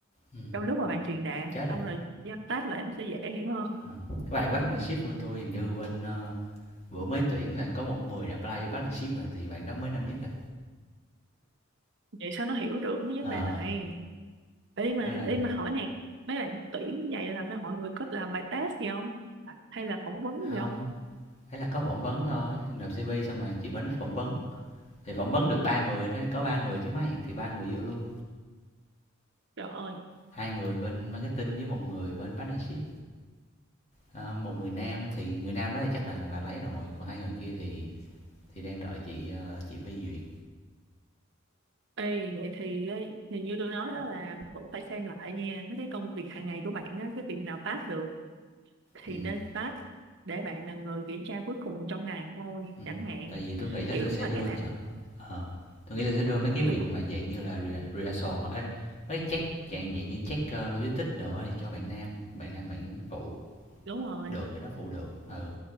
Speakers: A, on the left; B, on the right.
A: ừ
B: trong lúc mà bạn truyền đạt
A: chết rồi
B: xong rồi giam tác lại nó sẽ dễ hiểu hơn
A: Ờ. các bạn partnership của tôi hình như bên ờ, bữa mới tuyển là có một người đã apply vô partnership rồi thì bạn đó mới năm nhất à
B: vậy sao nó hiểu được mấy vấn
A: ờ
B: đề này Ý mà
A: nên là
B: ý mà hỏi nè mấy bạn tuyển như vậy là mấy- mọi người có làm bài test gì không hay là phỏng vấn gì
A: không
B: không
A: ấy là có phỏng vấn thôi nộp cv xong rồi chị phải nít phỏng vấn thì phỏng vấn được ba người đó, có ba người chứ mấy thì ba người vô luôn
B: trời ơi
A: hai người bên marketing với một người bên partnership Ờ, một người nam thì người nam đó thì chắc là là lấy rồi, còn hai người kia thì thì đang đợi chị, ờ, chị phê duyệt.
B: Ê, vậy thì ấy, thì như tôi nói đó là cũng phải xem lại nha mấy cái công việc hàng ngày của bạn á, cái việc nào pass được thì
A: Ừm,
B: nên pass để bạn là người kiểm tra cuối cùng trong ngày thôi
A: ừm,
B: chẳng hạn
A: tại vì tôi nghĩ là
B: kiểu
A: tôi sẽ
B: mà
A: đưa
B: cái nào
A: cho ờ, tui nghĩ là tôi sẽ đưa mấy cái
B: kiểu
A: việc mà dạng như là re rehearsal ê, mấy check dạng dạng như check, ơ, logistics đồ á thì cho bạn nam, bạn nam bạn phụ
B: đúng rồi
A: được, cái đó phụ được, ừ.